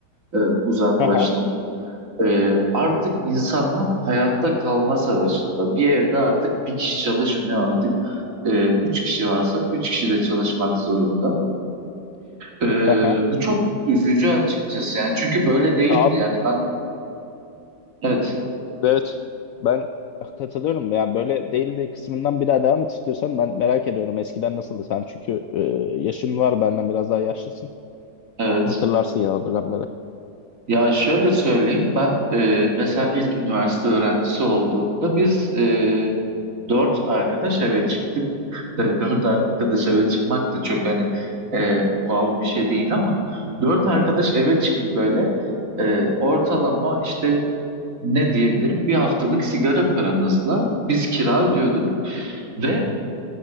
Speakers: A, on the right; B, on the left.
A: e, uzaklaştım.
B: Aha.
A: E, artık insanlar hayatta kalma savaşında. Bir evde artık bir kişi çalışmıyor artık. E, üç kişi varsa üç kişi de çalışmak zorunda. Ee,
B: Aha.
A: bu çok üzücü açıkçası yani çünkü böyle değildi
B: Abi
A: yani ben evet
B: evet ben katılıyorum ya böyle değil de kısmından bir daha devam et istiyorsan ben merak ediyorum eskiden nasıldı sen çünkü e, yaşın var benden biraz daha yaşlısın.
A: evet
B: Hatırlarsın ya o dönemleri.
A: ya şöyle söyleyeyim ben e, mesela ilk üniversite öğrencisi olduğumda biz e, dört arkadaş eve çıktık Tabii dört arkadaş eve çıkmak da çok hani e, wow bir şey değil ama dört arkadaş eve çıkıp böyle e, ortalama işte ne diyebilirim bir haftalık sigara paramızla biz kira ödüyorduk ve